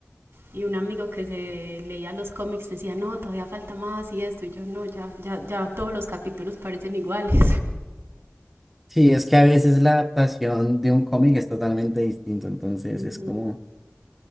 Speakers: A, on the right; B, in the centre.
A: Y un amigo que se leía los cómics decía, no, todavía falta más y esto. Y yo, no, ya, ya, ya todos los capítulos parecen iguales.
B: Sí, es que a veces la adaptación de un cómic es totalmente distinto, entonces
A: <laughs> Ujú,
B: es como